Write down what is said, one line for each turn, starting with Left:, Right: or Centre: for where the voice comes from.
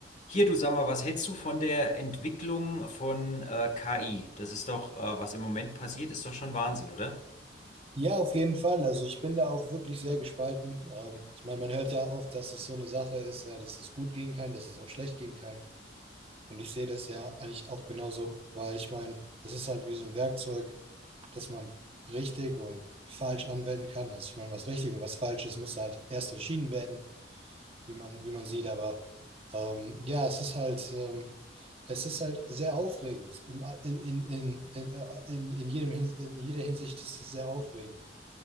Left: Hier, du sag mal, was hältst du von der Entwicklung von äh, KI? Das ist doch, äh, was im Moment passiert, ist doch schon Wahnsinn, oder?
Right: Ja, auf jeden Fall. Also ich bin da auch wirklich sehr gespalten. Ähm, ich meine, man hört ja oft, dass es so eine Sache ist, ja, dass es gut gehen kann, dass es auch schlecht gehen kann. Und ich sehe das ja eigentlich auch genauso, weil ich meine, es ist halt wie so ein Werkzeug, das man richtig und falsch anwenden kann. Also ich meine, was richtig und was falsch ist, muss halt erst entschieden werden, wie man, wie man sieht. Aber ähm, ja, es ist halt, ähm, es ist halt sehr aufregend. Im- In, in, in, äh, in, in jedem, Hin- in jeder Hinsicht ist es sehr aufregend.